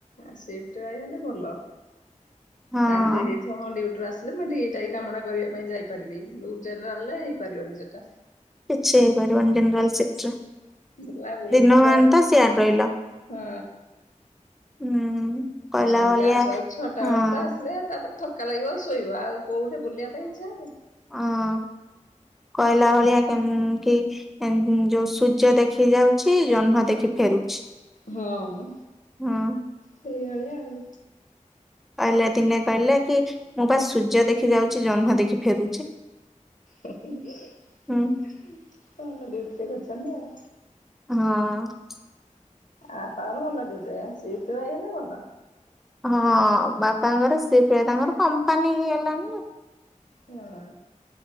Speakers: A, on the left; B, in the centre.
A: ସିପ୍ଟ ରହିଗଲେ ଭଲ।
B: ହଁ
A: ଟାଇମ୍ ଦେଇଦେଇ ହଁ ଡ୍ୟୁଟି ରୁ ଆସିଲେ ମୁଁ ଏଇଠି ଏଇ କାମଟା କରିବା ପାଇଁ ଯାଇପାରିବି। <unintelligible> ଡେରିରେ ଆଣିଲେ ହେଇପାରିବନି ସେଇଟା।
B: କିଛି ହେଇପାରିବନି ଜେନେରାଲ୍ ଶିଫ୍ଟ ରେ।
A: ବୁଲା ବୁଲି
B: ଦିନବାନ୍
A: କୁଆଡେ
B: ତ ସିଆଡେ ରହିଲ।
A: ହଁ
B: ହୁଁ। କହିଲା
A: ଆଉ ସନ୍ଧ୍ୟା
B: ଭଳିଆ
A: ଆସୁ ଆସୁ ଛଅଟା
B: ହଁ
A: ବେଳ ତ। ହେଲେ ତାପରେ ଥକ୍କା ଲାଗିବ ଶୋଇବ, ଆଉ କୋଉଠି ବୁଲିବା ପାଇଁ ଇଚ୍ଛା ହବ।
B: ଆଁ କହିଲା ଭଳିଆ କେମ୍ କି ଏନ୍ ହୁଁ ଯୋଉ ସୂର୍ଯ୍ୟ ଦେଖି ଯାଉଛି। ଜହ୍ନ ଦେଖି ଫେରୁଛି।
A: ହଁ,
B: ହଁ
A: ସେଇଭଳିଆ ଆଉ।
B: ଆଇଲେ ଦିନେ କହିଲେ କି, ମୁଁ ବା ସୂର୍ଯ୍ୟ ଦେଖି ଯାଉଛି ଜହ୍ନ ଦେଖି ଫେରୁଛି।
A: ଭଲ
B: ହୁଁ
A: ଡ୍ୟୁଟି ଟେ କରୁଛନ୍ତି ଆଉ।
B: ହଁ।
A: ଆ ତାର ଭଲ ଡ୍ୟୁଟି ରେ, ସିଫ୍ଟ ରହିଗଲେ ଭଲ।
B: ହଁ ବାପାଙ୍କର, ସିଫ୍ଟ ତାଙ୍କର କମ୍ପାନୀ ହେଇଗଲାଣି ନା।
A: ହଁ।